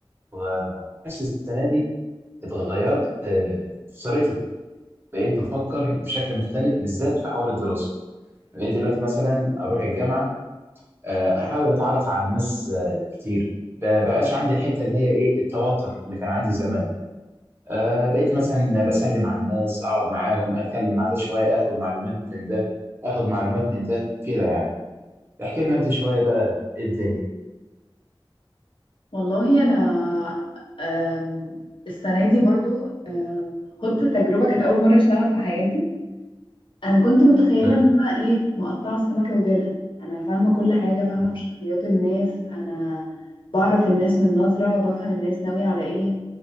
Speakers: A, on the right; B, on the left.
A: اتغيرنا نفس السنه دي اتغيرت آه، طريقتي بقيت بفكر بشكل مختلف بالذات في حوار الدراسه بقيت دلوقتي مثلا اروح الجامعه آه، احاول اتعرف على ناس آه، كتير ب- بقاش عندي الحته اللي هي ايه التوتر اللي كان عندي زمان آه بقيت مثلا بسلم على الناس اقعد معاهم اتكلم مع ده شويه اخد معلومات من ده اخد معلومات من ده كده يعني احكي لنا انت شويه بقى ايه الدنيا
B: والله انا أم، السنه دي برضو أم، خدت تجربه كانت اول مره اشتغل في حياتي انا كنت متخيله
A: امم
B: ان انا ايه مقطعه السمكه وديلها انا فاهمه كل حاجه فاهمه
A: امم
B: في شخصيات الناس انا بعرف الناس من نظره بفهم الناس ناويه على ايه